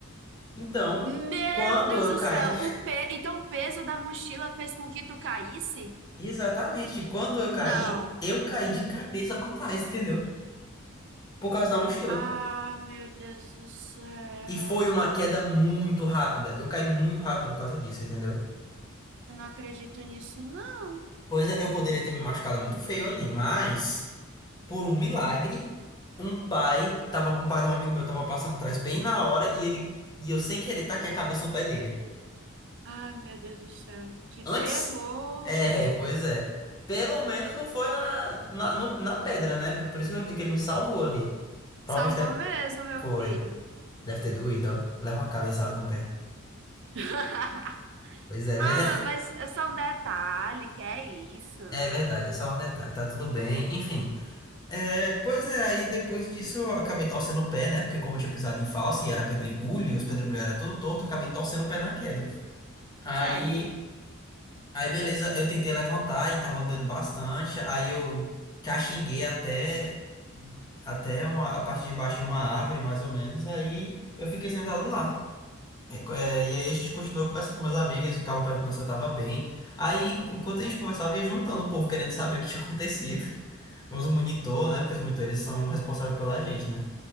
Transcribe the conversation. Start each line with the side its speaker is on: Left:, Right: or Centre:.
Left: Então,
Right: Meu
Left: quando
Right: Deus
Left: eu
Right: do
Left: caí,
Right: céu, o pe... então o peso da mochila fez com que tu caísse?
Left: <laughs> exatamente, quando eu caí,
Right: Não.
Left: eu caí de cabeça pra trás, entendeu? Por causa da mochila.
Right: Ah, meu Deus do céu.
Left: E foi uma queda muito rápida. Eu caí muito rápido por causa disso, entendeu?
Right: Eu não acredito nisso, não.
Left: Pois é, eu poderia ter me machucado muito feio ali, mas por um milagre, um pai, tava, um pai de um amigo meu tava passando atrás bem na hora e ele e eu sem querer taquei a cabeça no pé dele.
Right: Ai, meu Deus do céu. Que
Left: Antes?
Right: terror.
Left: É, pois é. Pelo menos não foi na, na, no- na pedra, né? Por isso que eu digo que ele me salvou ali. Provavelmente
Right: Salvou
Left: deve,
Right: mesmo, meu
Left: foi.
Right: filho.
Left: Deve ter doído, ó. Levar uma cabeçada no pé.
Right: <laughs>
Left: Pois é, mas
Right: Ah,
Left: é,
Right: mas é só um detalhe, que é isso.
Left: <laughs> é verdade, é só um detalhe, tá tudo bem, enfim. É, pois é, aí depois disso eu acabei torcendo o pé, né? Porque como eu tinha pisado em falso e era pedregulho, e os pedregulhos eram tudo torto, eu acabei torcendo o pé na queda. Aí,
Right: Certo.
Left: aí beleza, eu tentei levantar e tava doendo bastante. Aí eu caxinguei até, até uma- a parte de baixo de uma árvore, mais ou menos. Aí eu fiquei sentado lá. É, co- é, e aí a gente continuou conversando com meus amigos, eles ficavam perguntando se eu tava bem. Aí, enquanto a gente conversava, ia juntando o povo, querendo saber o que tinha <laughs> acontecido. Os monitor, né? Porque os monitores são responsáveis pela gente, né?